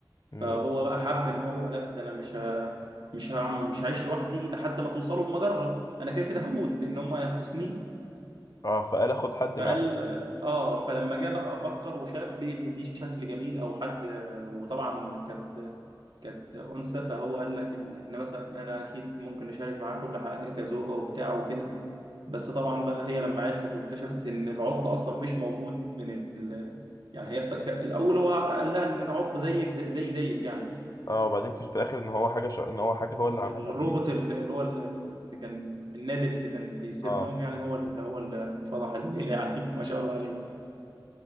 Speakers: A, on the left; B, on the right.
A: مم.
B: فهو بقى حب ان هو لا ده انا مش ه... مش هعمل مش هعيش لوحدي لحد ما توصلوا المجرة انا كده كده هموت لان هم هيحبسوني
A: اه فقال اخد حد
B: فقال
A: معاه
B: اه فلما جه بقى افكر وشاف ليه ان دي شكل جميل او حد وطبعا كانت كانت انثى فهو قال لك ان إن مثلا انا اكيد ممكن نشارك معاه كل حاجه كزوجه وبتاع وكده بس طبعا بقى هي لما عرفت واكتشفت ان العطل اصلا مش موجود من ال... يعني هي افتك... الاول هو قال لها ان العطل زيك زي زي زيك يعني
A: اه وبعدين اكتشف في الاخر ان هو حاجه شا... ان هو حاجه هو
B: ال-
A: اللي عملها
B: الروبوت
A: بايده
B: ال- اللي هو ال- ال- اللي كان النادي اللي كان بيسير
A: اه
B: لهم يعني هو اللي هو اللي فضح الليله يعني <laughs> ما شاء الله عليه